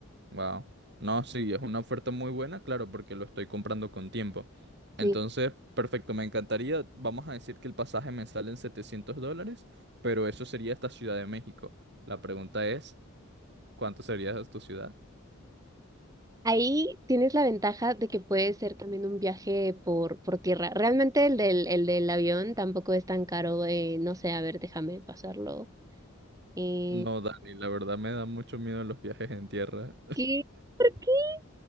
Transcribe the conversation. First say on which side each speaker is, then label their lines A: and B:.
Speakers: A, on the right; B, on the right.
A: wow. No, sí, es una oferta muy buena, claro, porque lo estoy comprando con tiempo. Entonces,
B: Sí.
A: perfecto, me encantaría. Vamos a decir que el pasaje me sale en 700 dólares, pero eso sería hasta Ciudad de México. La pregunta es, ¿cuánto sería tu ciudad?
B: Ahí tienes la ventaja de que puede ser también un viaje por, por tierra. Realmente el del, el del avión tampoco es tan caro. eh, no sé, a ver, déjame pasarlo. Eh,
A: No, Dani, la verdad me da mucho miedo los viajes en tierra.
B: ¿qué? ¿Por qué?